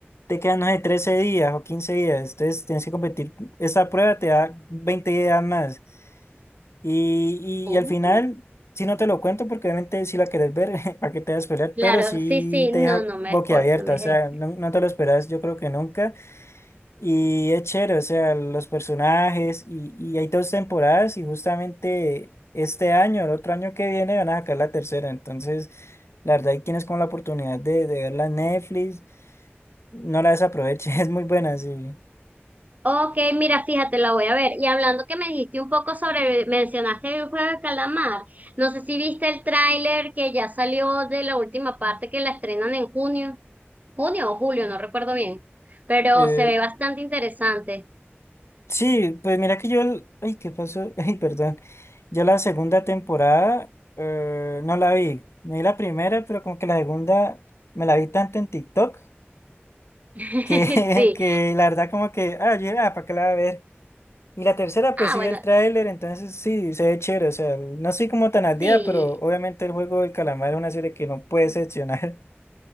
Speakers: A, on the left (about 85°); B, on the right (about 40°).
A: te quedan, no sé, 13 días o 15 días, entonces tienes que competir. Esta prueba te da 20 días más. Y,
B: Oh.
A: y, y al final, si no te lo cuento, porque obviamente si la querés ver, <laughs> para que te vas a esperar,
B: Claro,
A: pero sí
B: sí, sí,
A: te
B: no,
A: deja
B: no me
A: boquiabierta,
B: spoil, no me
A: o sea, no, no te lo esperas, yo creo que nunca. Y es chévere, o sea, los personajes y, y hay dos temporadas y justamente este año, el otro año que viene van a sacar la tercera. Entonces, la verdad, hay quienes con la oportunidad de, de verla en Netflix, no la desaproveche, <laughs> es muy buena, sí.
B: Ok, mira, fíjate, la voy a ver. Y hablando que me dijiste un poco sobre, mencionaste el juego de calamar. No sé si viste el tráiler que ya salió de la última parte que la estrenan en junio, junio o julio, no recuerdo bien, pero
A: Eh,
B: se ve bastante interesante.
A: sí, pues mira que yo, el- ay, ¿qué pasó? <laughs> Ay, perdón. Yo la segunda temporada eh, no la vi. Me vi la primera, pero como que la segunda me la vi tanto en TikTok
B: <laughs>
A: que,
B: Sí.
A: <laughs> que la verdad como que, ah, yo, ah, ¿para qué la voy a ver? Y la tercera, pues
B: Ah,
A: sí
B: bueno,
A: vi el tráiler, entonces sí, se ve chévere, o sea, no soy como tan al día,
B: sí.
A: pero obviamente el juego del calamar es una serie que no puede excepcionar.